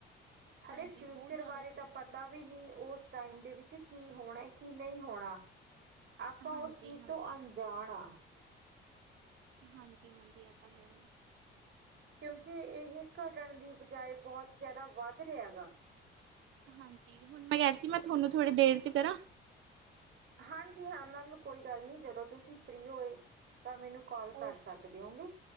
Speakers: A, on the right; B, on the right.
A: ਹਲੇ
B: ਹਾਂਜੀ
A: ਫਿਊਚਰ
B: ਬਹੁਤ ਜ਼ਿਆਦਾ
A: ਬਾਰੇ
B: ਚੇਂਜ
A: ਤਾਂ ਪਤਾ
B: ਆਇਆ
A: ਵੀ ਨਈ ਉਸ ਟਾਈਮ ਦੇ ਵਿੱਚ ਕੀ ਹੋਣਾ ਕੀ ਨਹੀਂ ਹੋਣਾ, ਆਪਾਂ
B: ਹਾਂਜੀ
A: ਉਸ ਚੀਜ਼
B: ਹਾਂਜੀ
A: ਤੋਂ ਅੰ ਜਾਣਾ
B: ਹਾਂਜੀ ਹਾਂਜੀ ਇਹ ਤਾ ਹੈ।
A: ਕਿਉਂਕਿ ਇਹ ਘਟਣ ਦੀ ਬਜਾਏ ਬਹੁਤ ਜਿਆਦਾ ਵੱਧ ਰਿਹਾ ਗਾ।
B: ਹਾਂਜੀ ਹੁਣ ਮੈਂ ਜੈਸਿਮਾ ਤਾਹਨੂ ਥੋੜੀ ਦੇਰ ਚ ਕਰਾਂ
A: ਹਾਂਜੀ ਹਾਂ ਮੈਮ ਕੋਈ ਗੱਲ ਨੀ, ਜਦੋਂ ਤੁਸੀਂ ਫਰੀ ਹੋਏ ਤਾਂ ਮੈਨੂੰ ਕੋਲ
B: ਓਕੇ
A: ਕਰ ਸਕਦੇਓਗੇ,